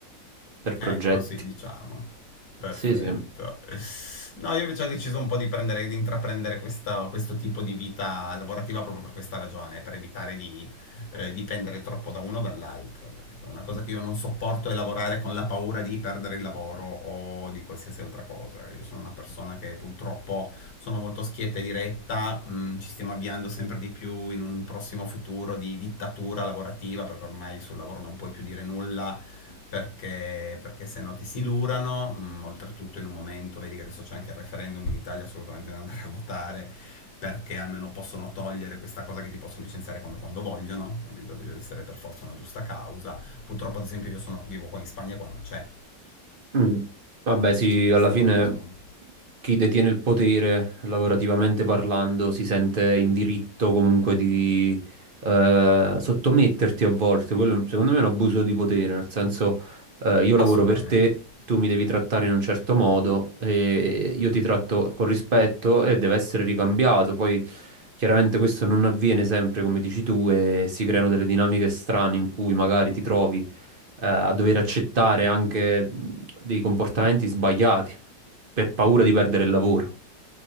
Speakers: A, on the right; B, on the left.
A: per progetti.
B: Ecco, sì, diciamo. Perfetto.
A: Sì, sì.
B: No, io invece ho deciso un po' di prendere, di intraprendere questa- questo tipo di vita lavorativa proprio per questa ragione, per evitare di eh, dipendere troppo da uno o dall'altro, capito? Una cosa che io non sopporto è lavorare con la paura di perdere il lavoro o di qualsiasi altra cosa. Io sono una persona che purtroppo sono molto schietta e diretta, mm, ci stiamo avviando sempre di più in un prossimo futuro di dittatura lavorativa, perché ormai sul lavoro non puoi più dire nulla perché, perché se no ti silurano, mh, oltretutto in un momento, vedi che adesso c'è anche il referendum in Italia assolutamente da andare a votare, perché almeno possono togliere questa cosa che ti possono licenziare come quando vogliono, capito? Deve essere per forza una giusta causa. Purtroppo, ad esempio, io sono, vivo qua in Spagna qua non c'è
A: Mm. Vabbè, sì,
B: questa
A: alla fine
B: roba, sono un...
A: chi detiene il potere, lavorativamente parlando, si sente in diritto comunque di eh, sottometterti a volte. Quello, secondo me, è un abuso di potere, nel senso, eh, io lavoro
B: assolutamente.
A: per te, tu mi devi trattare in un certo modo e io ti tratto con rispetto e deve essere ricambiato. Poi, chiaramente, questo non avviene sempre, come dici tu, e si creano delle dinamiche strane in cui magari ti trovi eh, a dover accettare anche mh, dei comportamenti sbagliati per paura di perdere il lavoro.